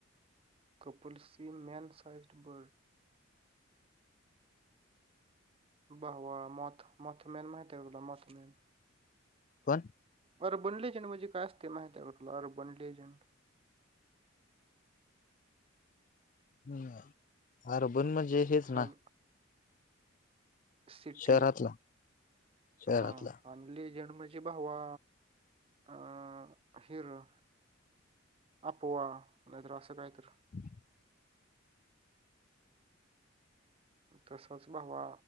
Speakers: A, on the right; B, on the left.
A: कपलसी मॅन सईज्ड बर्ड. भावा मौत मौतमेन माहिती आहे तुला मौतमेन.
B: कोण
A: अरे अर्बलेजंट म्हणजे काय असते माहिती आहे तुला अर्बण लेजंड.
B: हम्म अर्बन म्हणजे हेच ना?
A: हल सिटी
B: शहरातला शहरातला
A: हां आण लेजंड म्हणजे भावा अं हेरर अपोवा नायतर असं कायतर.
B: हां
A: तसच भावा